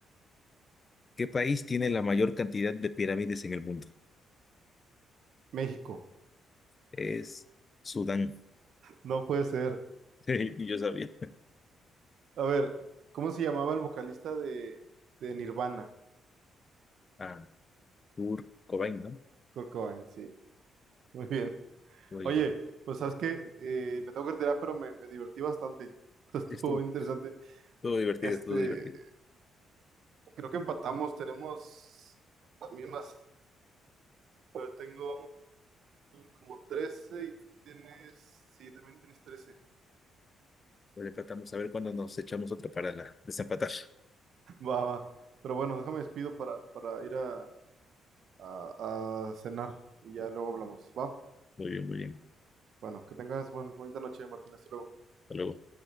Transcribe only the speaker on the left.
¿qué país tiene la mayor cantidad de pirámides en el mundo?
Es Sudán.
<laughs> Yo sabía.
Ah, Kurt Cobain, ¿no?
Muy,
sí, estuvo,
estuvo divertido,
estuvo divertido.
Lo tratamos a ver cuándo nos echamos otra para la- desempatar.
Muy bien, muy bien.
Hasta luego.